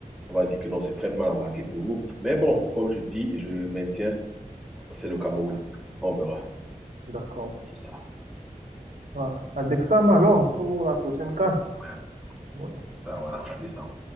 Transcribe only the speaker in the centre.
on va dire que non, c'est très mal embarqué pour nous. Mais bon,
comme je dis et je maintiens, c'est le Cameroun. On verra.
C'est ça.
Ouais,
ça, voilà, à décembre.